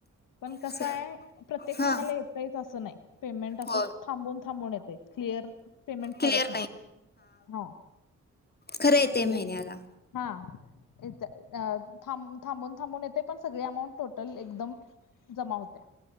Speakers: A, on the left; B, on the left.
A: पण कसय
B: चल
A: प्रत्येक
B: हा
A: महिन्याला येतयच अस नाही. पेमेंट अस
B: हो
A: थांबून थांबून येतय. क्लिअर पेमेंट
B: क्लिअर
A: करत नाही. हा
B: खर येतय
A: क्लिअर
B: महिन्याला.
A: हा अ <unintelligible> थांब थांबून थांबून येते पण सगळी अमाऊंट टोटल एकदम जमा होते.